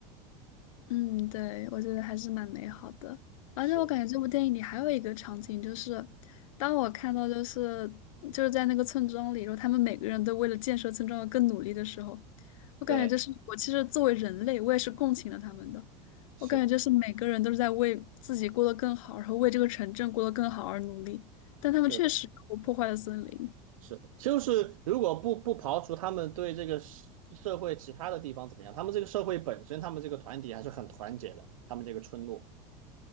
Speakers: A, on the left; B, on the right.
A: 嗯，对，我觉得还是蛮美好的。而且我感觉这部电影里还有一个场景，
B: 是，
A: 就是当我看到就是就是在那个村庄里，然后他们每个人都为了建设村庄而更努力的时候，我感觉就是我其实作为人类，
B: 对，
A: 我也是共情了他们的。
B: 是
A: 我感觉就是每个人都是在为自己过得更好，然后为这个城镇过得更好而努力，但他们确实我破坏了森林。
B: 是的。是的，就是如果不不刨除他们对这个社会其他的地方怎么样，他们这个社会本身，他们这个团体还是很团结的。他们这个村落，